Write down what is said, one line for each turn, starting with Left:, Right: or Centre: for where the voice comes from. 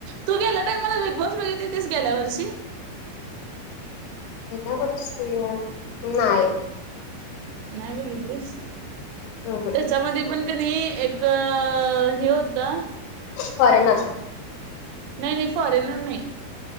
Right: तू गेला टाई मला बिग बॉस बघितली ती गेल्या वर्षी.
Left: ते ना‌ बसूया नाही
Right: नाही बघितलीस
Left: हम्म
Right: त्याच्यामध्ये पण कणी एक हे होतं
Left: फाॅरेनस.
Right: नाही- नाही फॉरेनर नाही.